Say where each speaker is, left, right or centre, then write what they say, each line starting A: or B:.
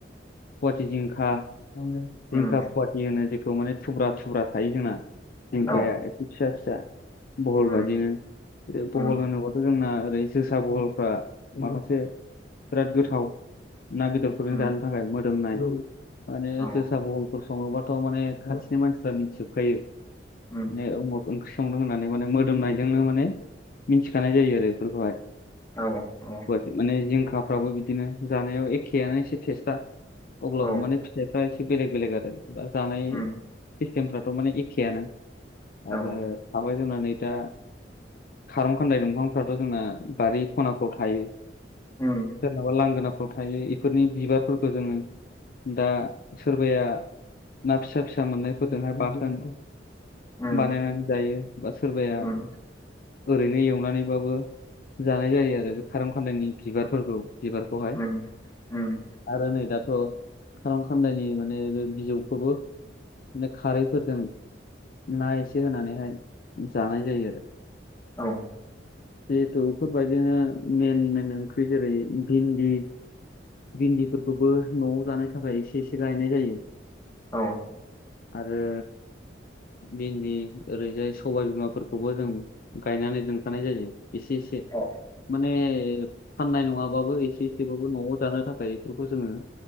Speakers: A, on the left; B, on the left.
A: पुवाटि जिंखा जिंखा
B: उम
A: पुवाथि होनो जे खौ माने थुब्रा थुब्रा थायो जोंना जिंखाया
B: औ
A: एसे फिसा फिसा बहल
B: उम
A: बादिनो
B: उम
A: बहल होनोबाथ' जोंना ओरै जोसा बहलफ्रा माखासे बिराद गोथाव ना बेदरफोरनो
B: उम
A: जानो थाखाय मोजां। मोदोमनाय माने
B: औ
A: जोसा बहलफोर सङोबाथ' माने खाथिनि मानसिफ्रा मिथिजोबखायो
B: उम
A: माने अमुग ओंख्रि संदों होननानै माने मोदोमनायजोंनो माने मिथिखानाय जायो आरो बेफोरखौहाय
B: औ औ नंगौ
A: बेथ' माने जिंखाफ्राबो बिदिनो जानायाव एखेयानो एसे टेस्टा अब्लाबो
B: औ
A: माने फिथाइफ्रा एसे बेलेग बेलेग आरो बा जानाय।
B: उम
A: सिस्टेमफ्राथ' माने एखेयानो
B: औ
A: आरो थाबाय जोंना नै दा खारं खान्दाय दंफांफ्राथ' जोंना बारि खनाफ्राव थायो
B: औ
A: बा लांगोनाफ्राव थायो बेफोरनि बिबारफोरखौ जोङो दा सोरबाया ना फिसा फिसा मोननायफोरजोंहाय बाथोन
B: उम
A: बानायनानै जायो बा सोरबाया
B: उम
A: ओरैनो एवनानैबाबो जानाय जायो आरो बे खारं खान्दायनि बिबारफोरखौ बिबारखौहाय
B: उम उम
A: आरो नै दाथ' खार खान्दनि माने बे बिजौखौबो बिनो खारैफोरजों ना एसे होनानैहाय जानाय जायो आरो
B: औ
A: जिहेथु बेफोरबायदिनो मेन मेन ओंख्रि जेरै भिन्दि भिन्दिफोरखौबो न'आव जानो थाखाय एसे एसे गायनाय जायो
B: औ
A: आरो भिन्दि ओरैजाय सबाय बिमाफोरखौबो जों गायनानै दोनखानाय जायो एसे एसे
B: औ
A: माने फाननाय नङाबाबो एसे एसेबाबो न'आव जानो थाखाय बेफोरखौ जोङो